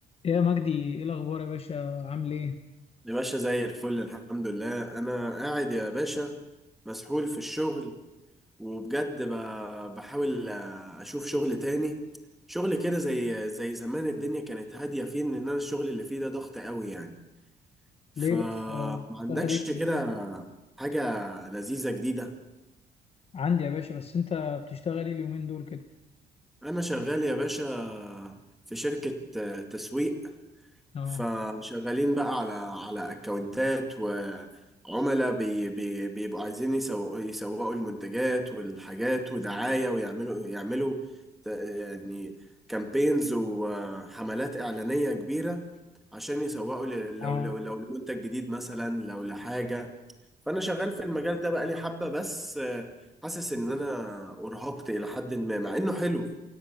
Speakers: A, on the left (about 35°); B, in the centre.
A: يا مجدي ايه الاخبار يا باشا عامل ايه
B: يا باشا زي الفل الحمد لله انا قاعد يا باشا مسحول في الشغل وبجد ب- بحاول اشوف شغل تاني شغل كده زي زي زمان الدنيا كانت هادية فيه ان انا الشغل اللي فيه ده ضغط قوي يعني فما
A: ليه بس آه،
B: عندكش
A: بتشتغل ايه
B: كده حاجة لذيذة جديدة
A: عندي يا باشا بس انت بتشتغل ايه اليومين دول كده
B: انا شغال يا باشا في شركة تسويق
A: اه
B: فشغالين بقى على على اكونتات وعملاء بي بي بيبقوا عايزين يسوقوا يسوقوا المنتجات والحاجات ودعاية ويعملوا يعملوا ت- يعني كامبينز وحملات إعلانية كبيرة عشان يسوقوا ل- لو
A: اه
B: لو لو لمنتج جديد مثلا لو لحاجة فأنا شغال في المجال ده بقالي حبة بس آه، حاسس إن أنا أرهقت إلى حد ما مع إنه حلو